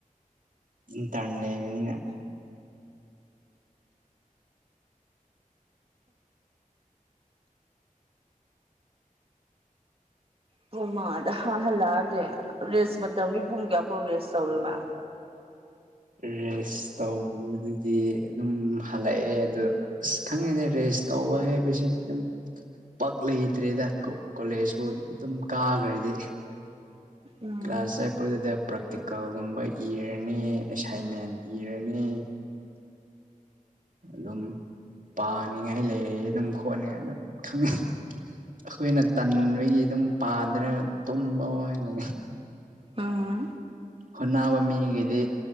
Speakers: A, on the right; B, on the right.
A: ꯏ ꯇꯥꯥꯟꯂꯦꯅꯤꯅ
B: ꯄꯨꯡ ꯃꯥꯗ ꯍꯜꯂꯛꯑꯒꯦ ꯔꯦꯁ ꯃꯇꯝꯒꯤ ꯄꯨꯡ ꯀꯌꯥ ꯄꯥꯎ ꯔꯦꯁ ꯇꯧꯋꯦꯕ
A: ꯔꯦꯁ ꯇꯧꯕꯗꯨꯗꯤ ꯑꯗꯨꯝ ꯍꯜꯂꯛꯑꯦ ꯑꯗꯣ ꯑꯁ ꯈꯪꯉꯤꯗ ꯔꯦꯁ ꯇꯧꯕ ꯍꯥꯏꯕꯁꯦ ꯑꯗꯨꯝ ꯄꯛ ꯂꯩꯇ꯭ꯔꯦꯗ ꯀꯣꯂꯦꯖꯄꯨ ꯑꯗꯨꯝ ꯀꯥꯈ꯭ꯔꯗꯤ
B: ꯎꯝ
A: ꯀ꯭ꯂꯥꯁ ꯆꯠꯄꯗꯨꯗ ꯄ꯭ꯔꯥꯛꯇꯤꯀꯜꯒꯨꯝꯕ ꯏꯔꯅꯤ ꯑꯦꯁꯥꯏꯟꯃꯦꯟ ꯏꯔꯅꯤ ꯑꯗꯨꯝ ꯄꯥꯅꯤꯡꯉꯥꯏ ꯂꯩ ꯑꯗꯨꯝ ꯈꯣꯠꯅ ꯑꯗꯨꯝ ꯈꯪꯉꯤ ꯑꯩꯈꯣꯏꯅ ꯇꯟꯕꯒꯤ ꯑꯗꯨꯝ ꯄꯥꯗ꯭ꯔꯒ ꯇꯨꯝꯕ ꯋꯥꯅꯤ
B: ꯑꯥ
A: ꯍ ꯅꯕ ꯃꯤꯒꯗꯤ